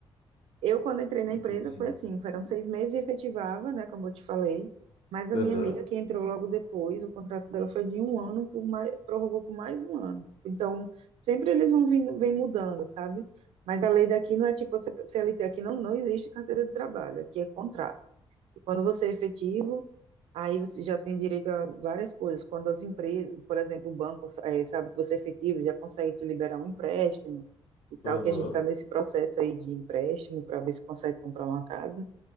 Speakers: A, on the right; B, on the left.
A: Eu, quando entrei na
B: Entendi.
A: empresa, foi assim, foram seis meses e efetivava, né, como eu te falei, mas a
B: aham,
A: minha amiga que entrou logo depois, o contrato dela foi de um ano, por mais, prorrogou por mais um ano. Tipo, Então, sempre eles vão vindo, vem mudando, sabe? Mas a lei daqui não é tipo a C- CLT, aqui não, não existe carteira de trabalho, aqui é contrato. E quando você é efetivo, aí você já tem direito a várias coisas. Quando as empresas, por exemplo, o banco, eh, sabe que você é efetivo, já consegue te liberar um empréstimo e tal,
B: aham.
A: que a gente está nesse processo aí de empréstimo para ver se consegue comprar uma casa.